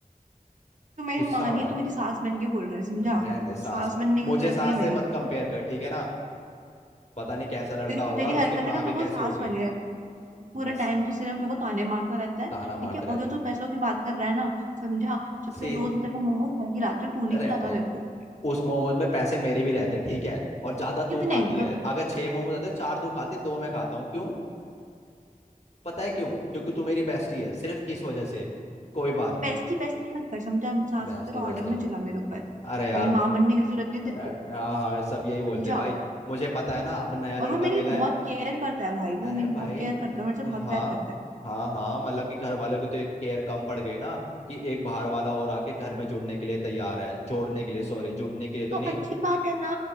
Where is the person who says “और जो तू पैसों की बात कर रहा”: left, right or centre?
Right